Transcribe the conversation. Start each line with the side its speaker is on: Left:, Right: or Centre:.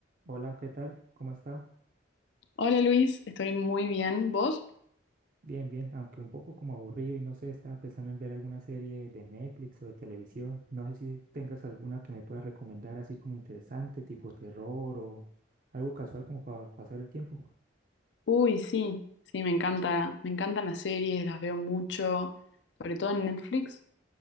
Right: Hola, ¿qué tal? ¿Cómo ha estado?
Left: Hola Luis, estoy muy bien. ¿Vos?
Right: Bien, bien, aunque un poco como aburrido y no sé, estaba pensando en ver alguna serie de Netflix o de televisión. No sé si tengas alguna que me puedas recomendar así como interesante, tipo terror o algo casual como para pasar el tiempo.
Left: Uy, sí, sí, me encanta, me encantan las series, las veo mucho, sobre todo en Netflix,